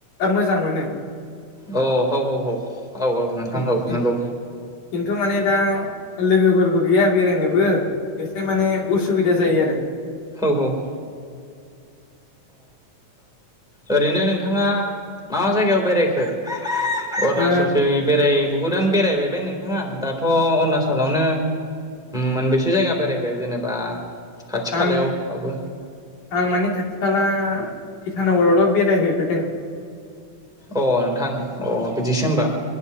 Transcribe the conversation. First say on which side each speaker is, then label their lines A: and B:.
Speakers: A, on the left (about 85°); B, in the centre.
A: मोजां मोनो।
B: अ हौ हौ हौ औ औ नोंथां
A: खिन्थु
B: औ नंगौ
A: माने दा लोगोफोरबो गैया बेरायनोबो एसे माने उसुबिदा जायो आरो।
B: होव होव। ओरैनो नोंथाङा मा जायगायाव बेरायखो अरुणाचलखै
A: ओ
B: बेराय बहुदआनो बेरायबायबे नोंथाङा दाथ' अरुणाचलावनो मोनबेसे जायगा बेरायखो जों जेनेबा खाथि खालायावबाबो
A: आं आं माने खाथि खाला इटानगरावल' बेरायहैफेरदों।
B: अ नोंथां अ बिदिसो होमबा।